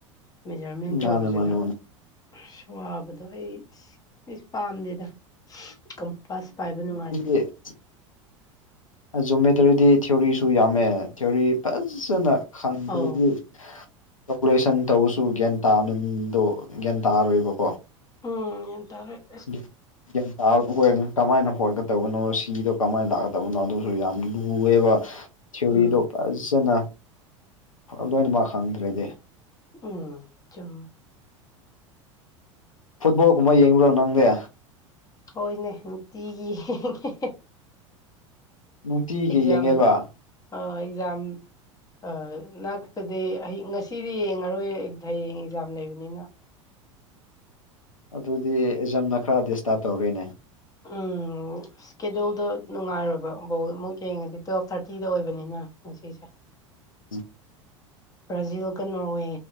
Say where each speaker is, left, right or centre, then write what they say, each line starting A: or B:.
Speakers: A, on the left; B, on the left.
A: ꯃꯦꯖꯔꯃꯦꯟ ꯇꯧꯕꯁꯤꯅ
B: ꯃꯥꯅꯦ ꯃꯥꯅꯦ ꯃꯥꯅꯦ
A: ꯑꯩꯁ ꯋꯥꯕꯗꯣ ꯑꯩꯁ ꯑꯩꯁꯨ ꯄꯥꯝꯗꯦꯗ ꯀꯝꯄꯥꯁ ꯄꯥꯏꯕ ꯅꯨꯡꯉꯥꯏꯇꯦ
B: ꯏꯞꯁ ꯖꯣꯃꯦꯇꯔꯤꯗꯤ ꯊꯤꯑꯣꯔꯤꯁꯨ ꯌꯥꯝꯃꯦ ꯊꯤꯑꯣꯔꯤ ꯐꯖꯟꯅ ꯈꯪꯗ꯭ꯔꯗꯤ
A: ꯑꯧ
B: ꯀꯥꯜꯀꯨꯂꯦꯁꯟ ꯇꯧꯔꯁꯨ ꯒ꯭ꯌꯥꯟ ꯇꯥꯕ ꯃꯤꯟꯗꯣ ꯒ꯭ꯌꯥꯟ ꯇꯥꯔꯣꯏꯕꯀꯣ
A: ꯎꯝ ꯒ꯭ꯌꯥꯟ ꯇꯥꯔꯦ ꯫
B: <unintelligible> ꯒ꯭ꯌꯥꯟ ꯇꯥꯔꯣꯢꯗꯨꯕ ꯑꯣꯢꯔꯒꯅ ꯀꯃꯥꯏꯅ ꯍꯣꯠꯀꯗꯧꯕꯅꯣ ꯁꯤꯗꯣ ꯀꯃꯥꯏꯅ ꯂꯥ ꯑꯗꯧꯕꯅꯣ ꯑꯗꯨꯁꯨ ꯌꯥꯝ ꯂꯨꯌꯦꯕ ꯫ ꯊꯤꯌꯣꯔꯤꯗꯣ
A: ꯎꯝ
B: ꯐꯖꯅ ꯂꯣꯏꯅꯃꯛ ꯍꯪꯗ꯭ꯔꯗꯤ
A: ꯎꯝ ꯆꯨꯝꯃꯦ꯫
B: ꯐꯨꯠꯕꯥꯜꯂ ꯒꯨꯝꯕ ꯌꯦꯡꯕ꯭ꯔꯣ ꯅꯪꯗꯤ꯫
A: ꯍꯣꯏꯅꯦ ꯅꯨꯡꯇꯤꯒꯤ ꯌꯦꯡꯉꯦ꯫
B: ꯅꯨꯡꯇꯤꯒꯤ
A: ꯑꯦꯛꯖꯥꯝ
B: ꯌꯦꯡꯉꯦꯕ
A: ꯑ ꯑꯦꯛꯖꯥꯝ꯫ ꯑ ꯅꯥꯛꯇꯗꯤ ꯑꯩ ꯉꯁꯤꯗꯤ ꯌꯦꯡꯉꯔꯣꯏ ꯍꯌꯦꯡ ꯑꯦꯛꯖꯥꯝ ꯂꯩꯕꯅꯤꯅ꯫
B: ꯑꯗꯨꯗꯤ ꯑꯦꯖꯥꯝꯅ ꯈꯔ ꯗꯤꯁꯇꯥꯕ ꯇꯧꯔꯦꯅꯦ꯫
A: ꯎꯝꯝ꯫ ꯁ꯭ꯀꯦꯗꯨꯜꯗꯣ ꯅꯨꯡꯉꯥꯏꯔꯣꯏꯕ ꯕꯣꯜ ꯑꯃꯨꯛ ꯌꯦꯡꯉꯗꯤ ꯇꯨꯋꯦꯜꯞ ꯊꯥꯔꯇꯤꯗ ꯑꯣꯏꯕꯅꯤꯅ ꯉꯁꯤꯁꯦ꯫
B: <inaudible>
A: ꯕ꯭ꯔꯥꯖꯤꯜꯒ ꯅꯣꯔꯋꯦ